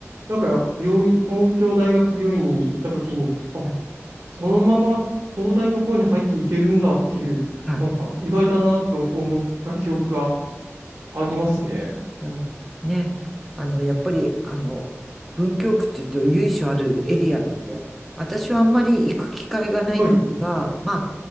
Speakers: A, on the right; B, in the centre.
A: なんか、病院、東京大学病院に行ったときに、あ、
B: はい。
A: そのまま東大の方に入っていけるんだっていう、
B: はい
A: なんか意外だなと思った記憶がありますね。
B: からね、あの、やっぱり、あの、文京区っていうと由緒あるエリアなんで、私はあんまり行く機会がないんですが、
A: はい。
B: ま